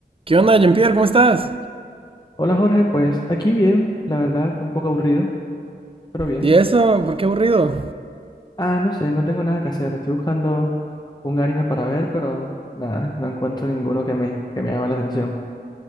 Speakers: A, on the right; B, on the left.
A: ¿Qué onda, Jean-Pierre? ¿Cómo estás?
B: Hola Jorge, pues aquí bien, la verdad, un poco aburrido, pero bien.
A: ¿Y eso? ¿Por qué aburrido?
B: Ah, no sé, no tengo nada que hacer. Estoy buscando un anime para ver, pero nada, no encuentro ninguno que me, que me llame la atención.